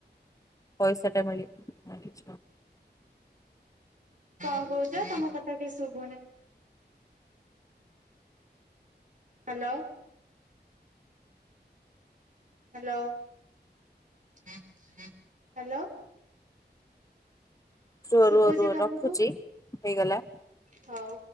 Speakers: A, on the left; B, on the right.
A: ପଇସାଟା ମିଳିବ କି
B: କଣ କହୁଛ ତମ କଥା କି ଶୁଭୁନି ହ୍ୟାଲୋ ହ୍ୟାଲୋ ହ୍ୟାଲୋ
A: ର
B: ଶୁଭୁଛି
A: ରୁ ରୁ
B: ତମକୁ
A: ରଖୁଛି ହେଇଗଲା
B: ହଉ